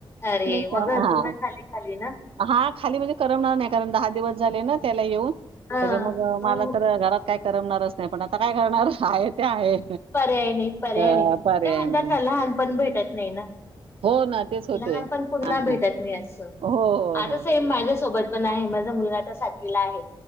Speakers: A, on the left; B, on the right.
A: अरे
B: म्हटलं त-
A: मग घर
B: हा
A: पुन्हा खाली खाली ना.
B: हा खाली म्हणजे करमणार नाही कारण दहा दिवस झाले ना त्याला येऊन.
A: हा
B: त्याच्या मग मला
A: मग
B: तर घरात काय करमणारच नाही पण आता काय करणार आहे ते आहे
A: पर्याय नाही पर्याय
B: अ
A: नाही
B: पर्याय
A: ते म्हणतात
B: नाही
A: ना लहानपण भेटत नाही ना
B: हो ना तेच होते
A: लहानपण पुन्हा
B: ह
A: भेटत
B: ह
A: नाही असं
B: हो हो
A: आता
B: हो
A: सेम माझ्यासोबत पण आहे माझा मुलगा आता साातवीला आहे.